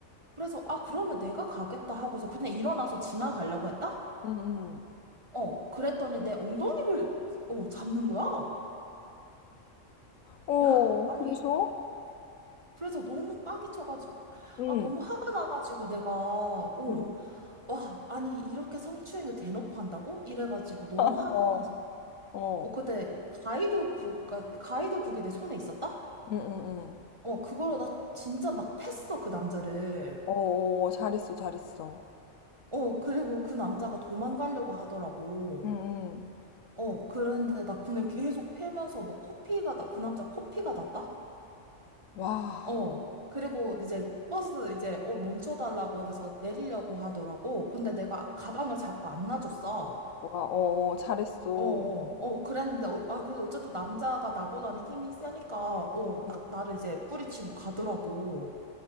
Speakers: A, on the right (about 25°); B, on the left (about 85°).
A: 그래서 아, 그러면 내가 가겠다 하고서 그냥 일어나서 지나가려고 했다?
B: 응, 응.
A: 어. 그랬더니 내 엉덩이를 어, 잡는 거야.
B: 어,
A: 야, 아니
B: 그래서?
A: 그래서 너무 빡이 쳐가지고
B: 응,
A: 아, 너무 화가 나가지고 내가 어,
B: 응,
A: 와, 아니 이렇게 성추행을 대놓고 한다고? 이래가지고 너무 화가
B: 어,
A: 나서
B: 어,
A: 어, 그때 가이드북, 가이드북이 내 손에 있었다?
B: 응, 응, 응.
A: 어, 그걸로 나 진짜 막 팼어, 그 남자를.
B: 어, 어, 잘했어, 잘했어.
A: 어, 그리고 그 남자가 도망가려고 하더라고.
B: 응, 응.
A: 어, 그런데 나 그냥 계속 패면서 막 코피가, 나, 그 남자 코피가 났다?
B: 와,
A: 어, 그리고 이제 버스 이제 어, 멈춰달라고 해서 내리려고 하더라고. 근데 내가 가방을 자꾸 안 놔줬어.
B: 와, 어, 어, 잘했어.
A: 어, 어, 어, 그랬는데, 어, 아, 그래도 어쨌든 남자가 나보다는 힘이 세니까, 어, 딱
B: 응.
A: 나를 이제 뿌리치고 가더라고.